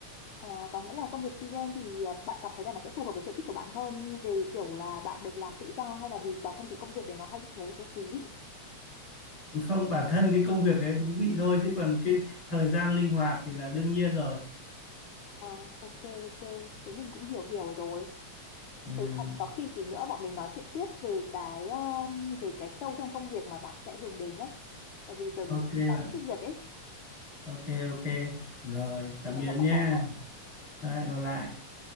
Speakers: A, on the left; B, on the left.
A: À, có nghĩa là công việc freelance thì à, bạn cảm thấy là nó sẽ phù hợp với sở thích của bạn hơn về kiểu là bạn được làm tự do hay là vì bản thân cái công việc đấy nó hay với cái thú vị
B: Không, bản thân cái công việc ấy thú vị thôi chứ còn cái thời gian linh hoạt thì là đương nhiên rồi.
A: Ờ, ok ok thế mình cũng hiểu hiểu rồi
B: Ừm,
A: thế có, có khi tí nữa bọn mình nói chuyện tiếp về cái um, về cái sâu trong công việc mà bạn sẽ hướng đến nhá tại vì giờ
B: ok
A: mình có
B: bạn,
A: chút việc ấy
B: ok ok. Rồi, tạm
A: thì
B: biệt
A: hẹn gặp
B: nha.
A: lại bạn nhé
B: Lại gặp lại.